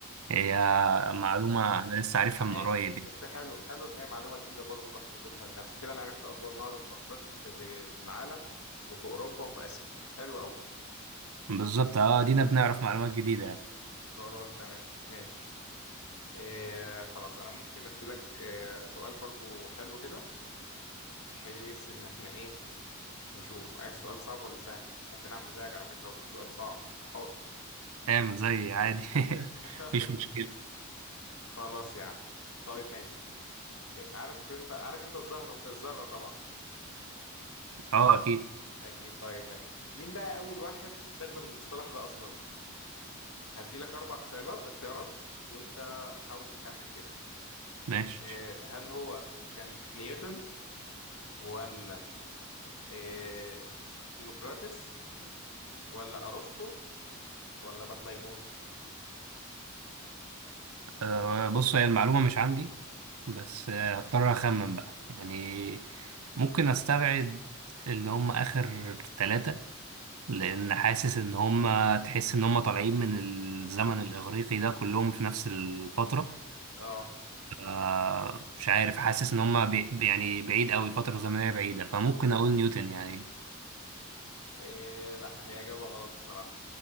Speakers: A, on the right; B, on the left.
A: هي معلومة
B: آه.
A: انا لسه عارفها
B: ماشي
A: من قريب يعني.
B: بس حلو حلو ان هي معلومه جديده برضو الواحد يضيفها لنفسه كده انا عرفت اطول نهر في افريقيا في في, في العالم وفي اوروبا وفي اسيا حلو قوي
A: بالظبط اه دينا بنعرف معلومات جديدة يعني
B: خلاص تمام ماشي إيه خلاص انا ممكن ادي لك إيه سؤال برضو حلو كده بحيث ان احنا ايه نشوف عايز سؤال صعب ولا سهل ممكن اعمل زيك على فكره واجيب سؤال صعب انت حر
A: اعمل زي عادي <laughs>
B: <laughs>
A: مفيش مشكلة
B: خلاص يا عم طيب ماشي إيه عارف انت عارف انت الزهره الذره طبعا
A: اه اكيد
B: اكيد طيب ماشي مين بقى اول واحد استخدم المصطلح ده اصلا هدي لك اربع اختيارات اختيارات وانت حاول تخمن كده
A: ماشي
B: إيه، هل هو كان نيوتن ولا إيه، ديموكراتس ولا ارسطو ولا بطليموس
A: أه بص هي المعلومة مش عندي بس آه، هضطر أخمن بقى يعني ممكن أستبعد اللي هم آخر ثلاثة لأن حاسس إن هم تحس إن هم طالعين من الزمن الإغريقي ده كلهم في نفس الفترة
B: اه
A: أه مش عارف حاسس إن هم بي يعني بعيد أوي فترة زمنية بعيدة فممكن أقول نيوتن يعني
B: إيه لا هي اجابه غلط بصراحه